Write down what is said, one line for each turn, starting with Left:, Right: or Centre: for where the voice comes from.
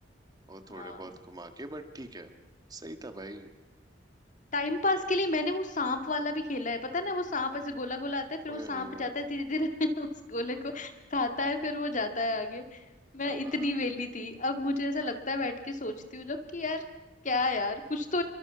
Right: वो थोड़े
Left: हाँ
Right: बहुत घुमा के बट ठीक है सही था भाई
Left: टाइम पास के लिए मैंने वो सांप वाला भी खेला है पता है ना वो सांप ऐसे गोला गोला आता है फिर वो
Right: ओए
Left: सांप
Right: होए होए
Left: जाता है धीरे धीरे <laughs> उस गोले को खाता है फिर वो जाता है आगे मैं
Right: हाँ
Left: इतनी वेली थी अब मुझे ऐसा लगता है बैठ के सोचती हूँ जब कि यार क्या यार कुछ तो